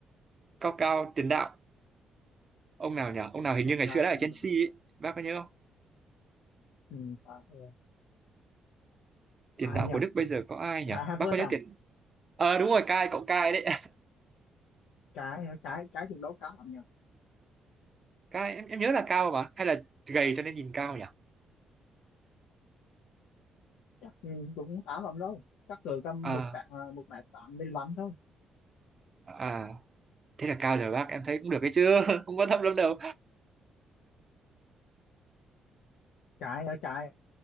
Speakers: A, on the right; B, on the left.
A: cao cao tiền đạo ông nào nhỉ ông nào hình
B: độc
A: như ngày
B: cao
A: xưa đã ở
B: cũng
A: Chelsea
B: là
A: ấy. bác có nhớ không
B: ừ, à, ờ,
A: tiền
B: ai
A: đạo
B: nhỉ
A: của Đức bây giờ có ai
B: cái
A: nhỉ
B: Havertz
A: bác có nhớ
B: à
A: tiền ờ đúng rồi Kai cậu Kai đấy
B: cái cái cái cũng đấu khá lắm nhỉ
A: <laughs> Kai em, em nhớ là cao mà hay là gầy cho nên nhìn cao nhỉ
B: chắc ừ, cũng khá lắm đâu chắc cỡ tầm
A: à
B: một tạ à, một mét tám mươi lăm thôi
A: à thế là cao rồi bác em thấy cũng được cái chưa <laughs> không quan tâm lắm đâu
B: trái ở trái